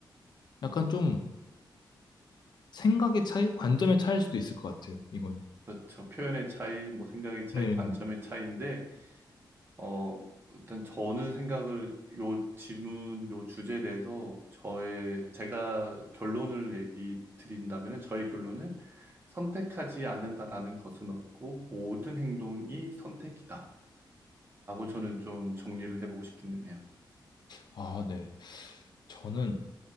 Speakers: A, on the left; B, on the right.
A: 약간 좀 생각의 차이, 관점의 차이일 수도 있을 것 같아요. 이건.
B: 그렇죠. 표현의 차이, 뭐 생각의 차이,
A: 네.
B: 관점의
A: 네.
B: 차이인데, 어, 일단 저는 생각을 요 질문, 요 주제에 대해서 저의 제가 결론을 얘기 드린다면은 저의 결론은 선택하지 않는다라는 것은 없고 모든 행동이 선택이다라고 저는 좀 정리를 해보고 싶기는 해요.
A: 아, 네. 저는